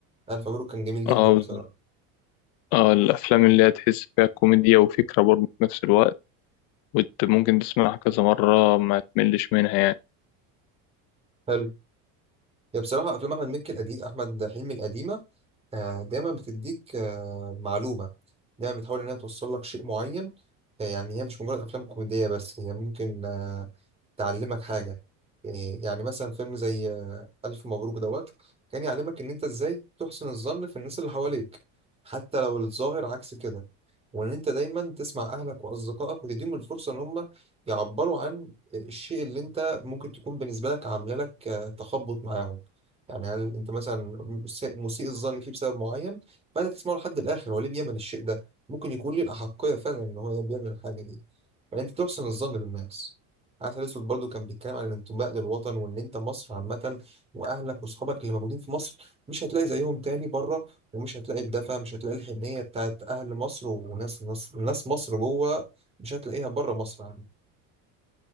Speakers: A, on the right; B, on the left.
A: ألف مبروك كان جميل جدا
B: اه
A: بصراحة
B: اه الأفلام اللي هي تحس فيها كوميديا وفكرة برضه في نفس الوقت وانت ممكن تسمعها كذا مرة ما تملش منها يعني
A: حلو هي بصراحة أفلام أحمد مكي القديم أحمد حلمي القديمة آه دايما بتديك آه معلومة دايما بتحاول إنها توصل لك شيء معين آه يعني هي مش مجرد أفلام كوميدية بس هي ممكن آه، تعلمك حاجة إيه، يعني مثلا فيلم زي آه، ألف مبروك دوت كان يعلمك إن أنت إزاي تحسن الظن في الناس اللي حواليك حتى لو الظاهر عكس كده وإن أنت دايما تسمع أهلك وأصدقائك وتديهم الفرصة إن هم يعبروا عن آه، الشيء اللي أنت ممكن تكون بالنسبة لك عاملة لك آه، تخبط معاهم يعني هل أنت مثلا مس- مسيء الظن فيه بسبب معين فأنت تسمعه لحد الآخر هو ليه بيعمل الشيء ده ممكن يكون ليه الأحقية فعلا إن هو بيعمل الحاجة دي فأنت تحسن الظن بالناس عسل اسود برضو كان بيتكلم عن الانتماء للوطن وان انت مصر عامه واهلك واصحابك اللي موجودين في مصر مش هتلاقي زيهم تاني بره ومش هتلاقي الدفى مش هتلاقي الحنيه بتاعت اهل مصر وناس ناس, ناس مصر جوه مش هتلاقيها بره مصر يعني